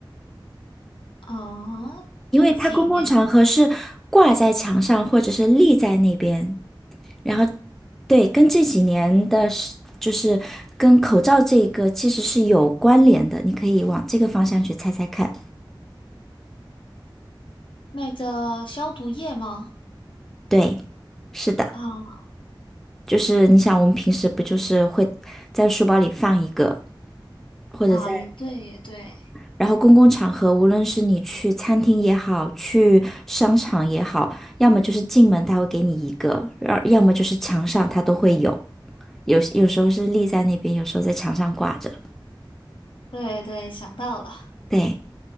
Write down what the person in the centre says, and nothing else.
因为它公共场合是挂在墙上或者是立在那边，
然后对，跟这几年的是，就是跟口罩这个其实是有关联的，你可以往这个方向去猜猜看。
对，是的，
就是你想，我们平时不就是会在书包里放一个，或者在，
然后公共场合，无论是你去餐厅也好，去商场也好，要么就是进门他会给你一个，要要么就是墙上它都会有。有有时候是立在那边，有时候在墙上挂着。
对，